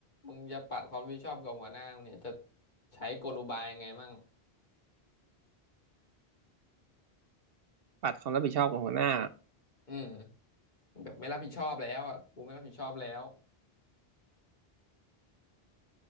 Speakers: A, on the left; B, on the right.
A: มึงจะปัดความรับผิดชอบกับหัวหน้ามึงเนี่ยจะใช้กลอุบายยังไงมั่ง
B: ปัดความรับผิดชอบของหัวหน้า
A: อืมแบบไม่รับผิดชอบแล้วอ่ะกูไม่รับผิดชอบแล้ว